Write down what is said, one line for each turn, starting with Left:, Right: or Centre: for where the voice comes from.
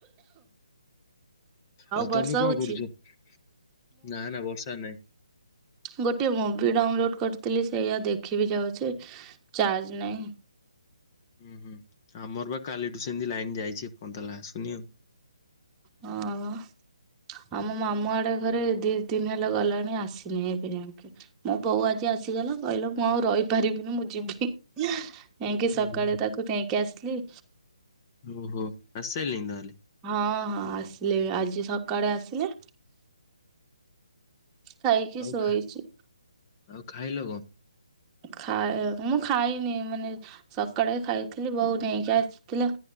Left: ଆଉ
Right: ବର୍ଷା
Left: ତମେ କଣ
Right: ହଉଛି
Left: କରୁଛ। ନା ନା ବର୍ଷା ନାଇଁ।
Right: ଗୋଟିଏ ମୁଭି ଡାଉନ୍ଲୋଡ଼୍ କର୍ଥିଲି ସେଇଆ ଦେଖିବି ଯାଉଚି ଚାର୍ଜ ନାହିଁ।
Left: ହୁଁ ହୁଁ ଆମର ବା କାଲିଠୁ ସେମ୍ତି ଲାଇନ୍ ଯାଇଚି ଏ ପର୍ଯ୍ୟନ୍ତ ଆସୁନି ଆଉ।
Right: ହଁ ମ। ଆମ ମାମୁ ଆଡେ ଘରେ ଦି ତିନି ହେଲା ଗଲାଣି ଆସିନି ଏବେ ଯାକେ। ମୋ ବୋଉ ଆଜି ଆସିଗଲା କହିଲା ମୁଁ ଆଉ ରହିପାରିବିନି ମୁଁ ଯିବି। ଯାଇକି ସକାଳେ
Left: ଓହୋ
Right: ତାକୁ ନେଇକି ଆସ୍ଲି।
Left: ଓହୋ ଆସ୍ସାଇଲେନି ତାହେଲେ।
Right: ହଁ ହଁ ଆସିଲେ ଆଜି ସକାଳେ ଆସିଲେ। ଖାଇକି
Left: ଆଉ
Right: ଶୋଇଚି।
Left: ଖା ଆଉ ଖାଇଲ କଣ।
Right: ଖାଇ ମୁଁ ଖାଇନି ମାନେ ସକାଳେ ଖାଇଥିଲି ବୋଉ ନେଇକି ଆସିଥିଲା।